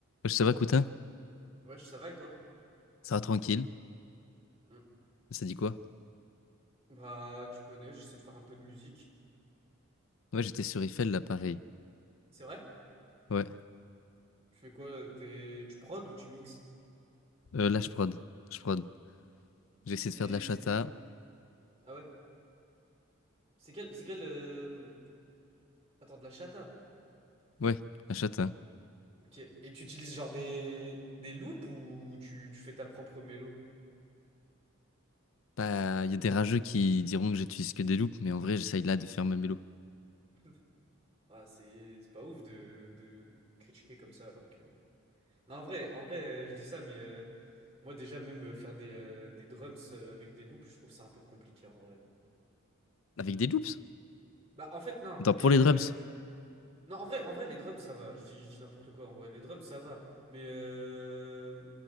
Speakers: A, on the left; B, on the right.
A: Ouais, Ça va, Coutin?
B: Wesh, ça va et toi?
A: Ça va tranquille?
B: Mm.
A: Ça dit quoi?
B: Bah, tu connais, j'essaie de faire un peu de musique.
A: Ouais, j'étais sur Eiffel, là, pareil.
B: C'est vrai?
A: Ouais.
B: Tu fais quoi? là T'es... Tu prod ou tu mixes?
A: Euh, là, je prod. Je prod. J'ai essayé
B: C'est...
A: de faire de la chata.
B: c'est- Ah ouais? C'est quel... C'est quel... euh, Attends, de la chata?
A: Ouais, la chata.
B: Ok. Et tu utilises genre des... Des loops ou tu, tu fais ta propre mélo?
A: Bah, il y a des rageux qui diront que j'utilise que des loops, mais en vrai, j'essaye là de faire ma mélo.
B: <laughs> Ah, c'est c'est pas ouf de... de critiquer comme ça alors que... Non, en vrai, en vrai, euh, je dis ça, mais euh, moi déjà, même euh, faire des, euh, des drums euh, avec des loops, je trouve ça un peu compliqué en vrai.
A: Avec des loops?
B: Bah, en fait, non,
A: Attends,
B: mais...
A: pour
B: euh,
A: les drums.
B: Non, en vrai, en vrai, les drums, ça va. Je dis, je dis n'importe quoi. En vrai, les drums, ça va. Mais euh,